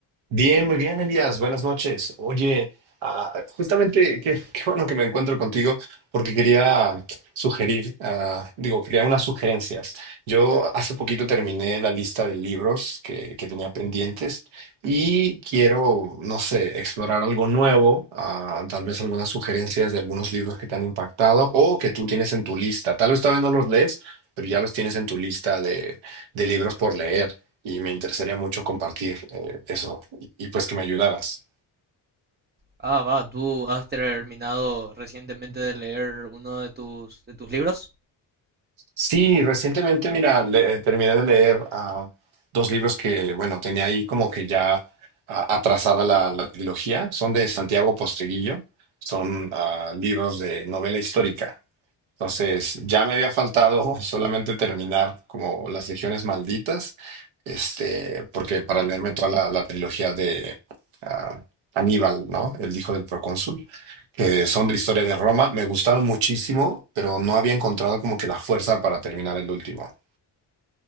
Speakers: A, on the right; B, on the right.
A: Bien, muy bien, Elías. Buenas noches. Oye, ah, justamente qué, <laughs> qué bueno que me encuentro contigo porque quería sugerir, ah, digo, quería unas sugerencias. Yo hace poquito terminé la lista de libros que, que tenía pendientes y quiero, no sé, explorar algo nuevo, ah, tal vez algunas sugerencias de algunos libros que te han impactado o que tú tienes en tu lista. Tal vez todavía no los lees, pero ya los tienes en tu lista de, de libros por leer. Y me interesaría mucho compartir eh, eso y pues que me ayudaras.
B: Ah, va, tú has terminado recientemente de leer uno de tus, de tus libros
A: Sí, recientemente, mira, le- eh, terminé de leer ah, dos libros que, bueno, tenía ahí como que ya ah, atrasada la, la trilogía. Son de Santiago Posteguillo, son ah, libros de novela histórica. Entonces, ya me había faltado <laughs> solamente terminar como Las Legiones Malditas, este, porque para leerme toda la, la trilogía de ah, Aníbal, ¿no? El hijo del procónsul, que son de historia de Roma, me gustaron muchísimo, pero no había encontrado como que la fuerza para terminar el último.